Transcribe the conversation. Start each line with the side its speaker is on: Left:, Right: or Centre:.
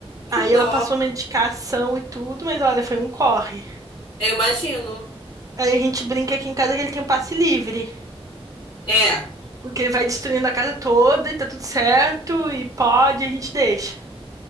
Left: Que
Right: Aí
Left: dó.
Right: ela passou medicação e tudo, mas olha, foi um corre.
Left: Eu imagino.
Right: Aí a gente brinca aqui em casa que ele tem um passe livre,
Left: É.
Right: porque ele vai destruindo a casa toda e tá tudo certo, e pode, a gente deixa.